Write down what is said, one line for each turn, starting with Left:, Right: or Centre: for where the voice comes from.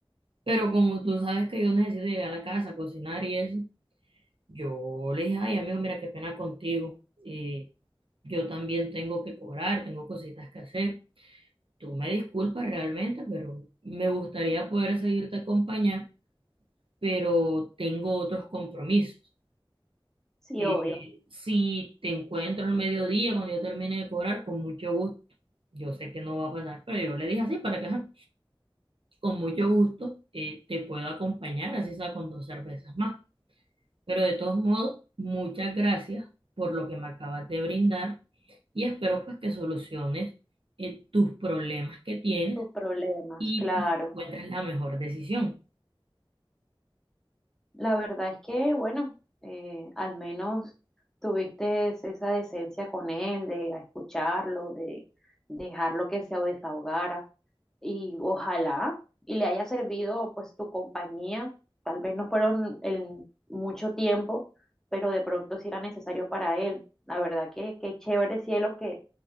Right: Pero como tú sabes que yo necesito llegar a la casa, cocinar y eso, yo le dije, ay, amigo, mira, qué pena contigo. eh, yo también tengo que cobrar, tengo cositas que hacer. Tú me disculpas realmente, pero me gustaría poder seguirte acompañar, pero tengo otros compromisos.
Centre: Sí,
Right: Eh,
Centre: obvio,
Right: si te encuentro el mediodía cuando yo termine de cobrar, con mucho gusto, yo sé que no va a pasar, pero yo le dije así para que ajá, con mucho gusto eh, te puedo acompañar, así sea con dos cervezas más. Pero de todos modos, muchas gracias por lo que me acabas de brindar y espero pues que soluciones eh, tus problemas que tienes
Centre: tus problemas,
Right: y
Centre: claro.
Right: pues encuentres la mejor decisión.
Centre: La verdad es que, bueno, eh, al menos tuviste esa decencia con él de escucharlo, de dejarlo que se desahogara. y ojalá y le haya servido pues tu compañía. Tal vez no fueron el mucho tiempo, pero de pronto sí era necesario para él. La verdad que qué chévere cielo que